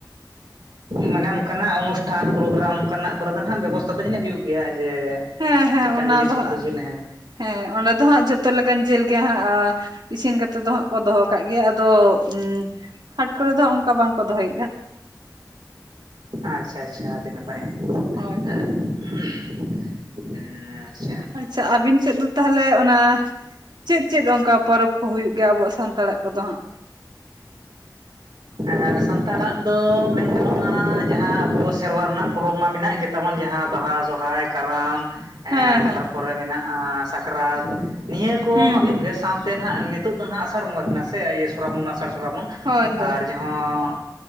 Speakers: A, on the right (about 80°); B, on the right (about 75°).
A: ᱢᱟᱱᱮ ᱚᱱᱠᱟᱱᱟᱜ ᱚᱱᱩᱥᱴᱷᱟᱱ ᱯᱨᱳᱜᱨᱟᱢ ᱚᱱᱠᱟᱱᱟᱜ ᱠᱚᱨᱮ ᱫᱚ ᱱᱟᱜ ᱵᱮᱵᱚᱥᱛᱷᱟ ᱫᱚ ᱡᱟᱹᱱᱤᱡ ᱦᱩᱭᱩᱜ ᱜᱮᱭᱟ ᱡᱮ,
B: ᱦᱮᱸ ᱦᱮᱸ
A: ᱰᱟᱝᱨᱤ
B: ᱚᱱᱟ
A: ᱡᱤᱞ
B: ᱫᱚ
A: ᱥᱩᱠᱨᱤ
B: ᱦᱟᱸᱜ
A: ᱡᱤᱞ ᱦᱮᱸ᱾
B: ᱦᱮᱸ ᱚᱸᱰᱮ ᱫᱚ ᱦᱟᱸᱜ ᱡᱷᱚᱛᱚ ᱞᱮᱠᱟᱱ ᱡᱤᱞ ᱜᱮ ᱦᱟᱸᱜ ᱟ ᱤᱥᱤᱱ ᱠᱟᱛᱮ ᱫᱚ ᱦᱟᱸᱜ ᱠᱚ ᱫᱚᱦᱚ ᱠᱟᱜ ᱜᱮᱭᱟ ᱟᱫᱚ ᱩᱸᱻ ᱦᱟᱴ ᱠᱚᱨᱮ ᱫᱚ ᱚᱱᱠᱟ ᱵᱟᱝᱠᱚ ᱫᱚᱦᱚᱭ ᱫᱟ᱾
A: ᱟᱪᱪᱷᱟ ᱟᱪᱪᱷᱟ ᱟᱹᱰᱤ ᱱᱟᱯᱟᱭ᱾
B: ᱦᱚᱭ
A: <unintelligible> ᱩᱸ ᱟᱪᱪᱷᱟ᱾
B: ᱟᱪᱪᱷᱟ ᱟᱵᱤᱱ ᱥᱮᱫ ᱫᱚ ᱛᱟᱞᱦᱮ ᱚᱱᱟ ᱪᱮᱫ ᱪᱮᱫ ᱚᱱᱠᱟ ᱯᱚᱨᱚᱵᱽ ᱠᱚ ᱦᱩᱭᱩᱜ ᱜᱮᱭᱟ ᱟᱵᱚᱣᱟᱜ ᱥᱟᱱᱛᱟᱲᱟᱜ ᱠᱚᱫᱚ ᱦᱟᱸᱜ?
A: ᱮᱸ ᱥᱟᱱᱛᱟᱲᱟᱜ ᱫᱚ ᱢᱮᱱ ᱜᱟᱱᱚᱜᱼᱟ ᱡᱟᱦᱟᱸ ᱟᱵᱚ ᱥᱮᱨᱣᱟ ᱨᱮᱱᱟᱜ ᱯᱚᱨᱚᱵᱽ ᱢᱟ ᱢᱮᱱᱟᱜ ᱜᱮ ᱛᱟᱵᱚᱱ ᱡᱟᱦᱟᱸ ᱵᱟᱦᱟ, ᱥᱚᱨᱦᱟᱭ, ᱠᱟᱨᱟᱢ
B: ᱦᱮᱸ
A: ᱮᱸᱻ
B: ᱦᱮᱸ
A: ᱛᱟᱨᱯᱚᱨᱮ ᱢᱮᱱᱟᱜᱼᱟ ᱥᱟᱠᱨᱟᱛ ᱱᱤᱭᱟᱹ ᱠᱚᱻᱢᱟ
B: ᱦᱩᱸ
A: ᱦᱩᱭᱩᱜ
B: ᱦᱩᱸ
A: ᱜᱮ ᱥᱟᱶᱛᱮ ᱱᱟᱦᱟᱜ ᱱᱮ ᱱᱤᱛᱚᱜ ᱫᱚ ᱱᱟᱦᱟᱜ ᱟᱥᱟᱲ ᱵᱚᱸᱜᱟ ᱠᱟᱱᱟ ᱥᱮ ᱤᱭᱟᱹ ᱥᱚᱨᱟᱵᱚᱱ ᱟᱥᱟᱲ ᱥᱨᱟᱵᱚᱱ
B: ᱦᱳᱭ, ᱦᱳᱭ, ᱦᱳᱭ᱾
A: ᱦᱚᱸᱻ